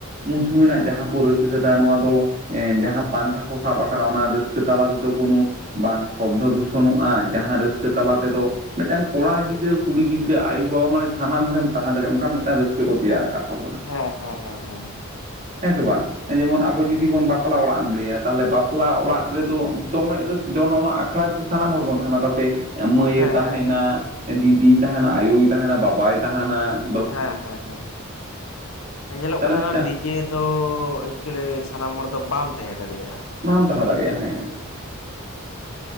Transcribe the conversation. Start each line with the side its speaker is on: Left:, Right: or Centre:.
Right: ᱩᱱ ᱥᱚᱢᱚᱭ ᱨᱮᱱᱟᱜ
Left: ᱦᱩᱸ
Right: ᱡᱟᱦᱟᱸ
Left: ᱦᱩᱸ
Right: ᱠᱚ ᱨᱟᱹᱥ ᱠᱟᱫᱟ ᱱᱚᱣᱟ ᱫᱚ ᱮᱸ ᱡᱟᱦᱟᱸ ᱯᱟᱱᱛᱷᱟ ᱠᱚ ᱥᱟᱵ ᱵᱟᱠᱷᱟᱨᱟ ᱚᱱᱟ ᱨᱟᱹᱥᱠᱟᱹ ᱛᱟᱞᱟ ᱛᱮᱫᱚ ᱠᱳᱱᱳ, ᱵᱟᱝ ᱥᱚᱵᱽᱫᱷᱚ ᱫᱩᱥᱚᱱᱚᱜᱼᱟ ᱡᱟᱦᱟᱸ ᱨᱟᱹᱥᱠᱟᱹ ᱛᱟᱞᱟ ᱛᱮᱫᱚ ᱢᱤᱫᱴᱟᱝ ᱠᱚᱲᱟ ᱜᱤᱫᱽᱨᱟᱹ ᱠᱩᱲᱤ ᱜᱤᱫᱽᱨᱟᱹ ᱟᱭᱳᱵᱟ ᱢᱟᱱᱮ ᱥᱟᱱᱟᱢ ᱦᱚᱲᱮᱢ ᱛᱟᱦᱮᱸ ᱫᱟᱲᱭᱟᱜ ᱚᱱᱠᱟᱱ ᱢᱤᱫᱴᱟᱝ ᱨᱟᱹᱥᱠᱟᱹ ᱠᱚ ᱛᱮᱭᱟᱨ ᱟᱠᱟᱫ ᱛᱟᱵᱚᱱᱟ ᱾
Left: ᱦᱮᱸ ᱦᱮᱸ ᱦᱮᱸ,
Right: ᱦᱮᱸ ᱥᱮ ᱵᱟᱝ ᱮᱸ ᱡᱮᱢᱚᱱ
Left: ᱦᱮᱸ
Right: ᱟᱵᱚ ᱡᱩᱫᱤ ᱵᱚᱱ ᱵᱟᱯᱞᱟ ᱚᱲᱟᱜ ᱮᱢ ᱞᱮᱹᱭᱟ ᱛᱟᱞᱦᱮ ᱵᱟᱯᱞᱟ ᱚᱲᱟᱜ
Left: ᱦᱩᱸ
Right: ᱨᱮᱫᱚ ᱫᱚᱢ ᱡᱚᱱ ᱚᱱᱟ ᱟᱠᱷᱲᱟ ᱨᱮᱫᱚ ᱥᱟᱱᱟᱢ ᱦᱚᱲ ᱵᱚᱱ ᱛᱟᱦᱮᱱᱟ ᱛᱟᱛᱮ ᱢᱟᱹᱭᱮ
Left: ᱦᱮᱸ
Right: ᱛᱟᱦᱮᱸᱱᱟ
Left: ᱦᱮᱸ ᱦᱮᱸ
Right: ᱫᱤᱫᱤ ᱛᱟᱦᱮᱸᱱᱟ ᱟᱭᱳᱭ ᱛᱟᱦᱮᱸᱱᱟ ᱵᱟᱵᱟᱭ ᱛᱟᱦᱮᱸᱱᱟ
Left: ᱦᱮᱸ ᱦᱮᱸ ᱦᱮᱸ ᱧᱮᱞᱚᱜ
Right: ᱛᱟᱦᱚᱞᱮ
Left: ᱠᱟᱱᱟ
Right: ᱢᱤᱫᱴᱟᱝ
Left: ᱰᱤᱡᱮ ᱫᱚ ᱮᱠᱪᱩᱭᱮᱞᱤ ᱥᱟᱱᱟᱢ ᱦᱚᱲ ᱫᱚ ᱵᱟᱢ ᱛᱟᱦᱮᱸ ᱫᱟᱲᱮᱭᱟᱜᱼᱟ ᱾
Right: ᱵᱟᱢ ᱛᱟᱦᱮᱸ ᱫᱟᱲᱮᱭᱟᱜᱼᱟ ᱦᱮᱸ ᱾